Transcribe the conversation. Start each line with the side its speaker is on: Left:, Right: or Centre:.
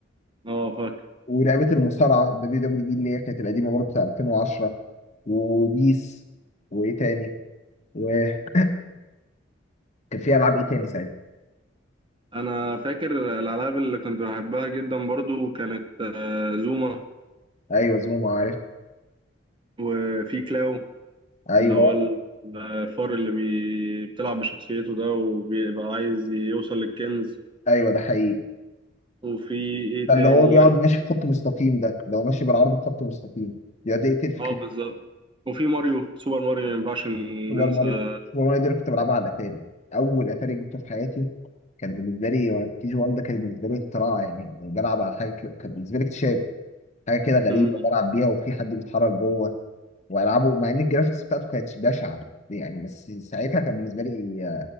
Right: اه
Left: ولعبه المصارعه دبليو دبليو اي اللي هي كانت القديمه برضه بتاع 2010 وبيس وايه تاني و <clears throat> كان في العاب ايه تاني ساعتها
Right: انا فاكر الالعاب اللي كنت بحبها جدا برضو كانت آه، زوما
Left: ايوه زوم عارف
Right: وفي كلاو
Left: ايوه
Right: اللي هو ال- الفار اللي بي... بتلعب بشخصيته ده وبيبقى عايز يوصل للكنز
Left: ايوه ده حقيقي
Right: وفي ايه
Left: ده
Right: تاني
Left: اللي هو بيقعد ماشي في خط مستقيم ده اللي هو ماشي بالعرض في خط مستقيم بيقعد يقتل في
Right: اه
Left: كليب.
Right: بالظبط وفي ماريو سوبر ماريو ما ينفعش ننسى
Left: سوبر ماريو سوبر ماريو ده انا كنت بلعبها على الاتاري اول اتاري جبته في حياتي كان بالنسبه لي وانا في كي جي 1 ده كان بالنسبه لي اختراع يعني بلعب على حاجه كده- كان بالنسبه لي اكتشاف حاجه كده غريبه
Right: مم.
Left: بلعب بيها وفي حد بيتحرك جوه والعابه مع ان الجرافيكس بتاعته كانت بشعه يعني بس ساعتها كان بالنسبه لي